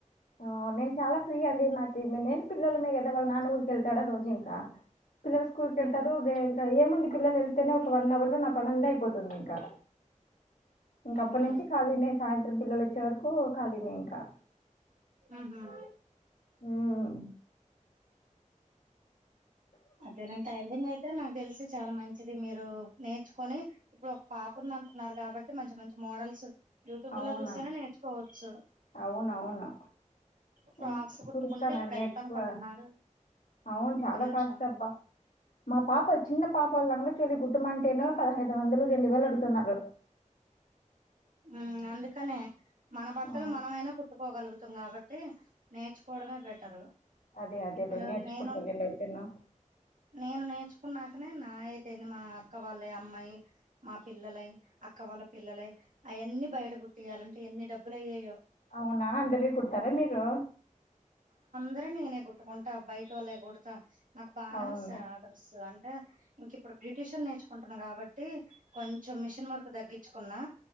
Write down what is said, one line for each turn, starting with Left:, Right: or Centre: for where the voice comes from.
Left: ఆహ్. నేను చాలా ఫ్రీ అండి నాకు నేను పిల్లలమే కదా వాళ్ళ నాన్న ఊరికెళ్తాడా రోజు ఇంకా. పిల్లలు స్కూల్ కేలతారు
Right: ఉహు
Left: ఏముంది. పిల్లలెళ్తేనే ఒక వన్ అవర్ లో నా పనంతా అయిపోతుంది ఇంకా.
Right: ఉహు
Left: అప్పటి నుంచి ఖాళీనే సాయంత్రం పిల్లలోచ్చే వరకు ఖాళీనే ఇంకా.
Right: ఉహు.
Left: మ్మ్
Right: అదే నేన్ టైలరింగయితే. అదే నాకు తెల్సి చాలా మంచిది మీరు నేర్చుకొని ఇప్పుడు ఒక పాపుంది అంటున్నారు కాబట్టి మంచి మంచి మంచి. మోడల్స్ యూట్యూబ్
Left: అవునా
Right: లో చూసైనా నేర్చుకోవచ్చు
Left: అవునవును
Right: ఫ్రాక్స్
Left: ఆ,
Right: కుట్టుకుంటే
Left: చూస్తానండి
Right: ఇప్పుడెంత
Left: ఎక్కువ
Right: అనుకుంటున్నారు
Left: అవును చాలా
Right: ఒక నిమిషం.
Left: కాస్ట్ <unintelligible> <inaudible> మా పాప చిన్న పాప లంగచోలి కుట్టుమంటేనే పదహైదు వందలు రెండు వేలు అడుగుతున్నారు. <unintelligible>
Right: ఉమ్ అందుకనే మన బట్టలు
Left: ఆ
Right: మనమైనా కుట్టుకోగలుగుతాం కాబట్టి నేర్చుకొన్. కోవడమే బెటరు.
Left: అదే అదే
Right: ఇప్పుడు
Left: లే నేర్చుకుంటలేండి
Right: నేను
Left: అయితేను.
Right: నేను నేర్చుకున్నాకనే నా అయితేంది మా అక్క వాళ్ళయి అమ్మాయి మా పిల్లలయి అక్క. వాళ్ళ పిల్లలయి అయన్నీ బయట కుట్టీయాలంటే ఎన్ని డబ్బులయ్యెయో.
Left: అవునా అందరియి కుడ్తారా మీరు.
Right: అందరియి నేనే కుట్టుకుంటా బయటొళ్ళయి కుడ్తా. నాకు బానే
Left: అవునా
Right: వస్తాయి ఆర్డర్స్ అంటే ఇంకిప్పుడు బ్యుటిషన్ నేర్చుకుంటున్నా కాబట్టి. కొంచెం మిషిన్ వర్కు తగ్గించ్చుకున్నా.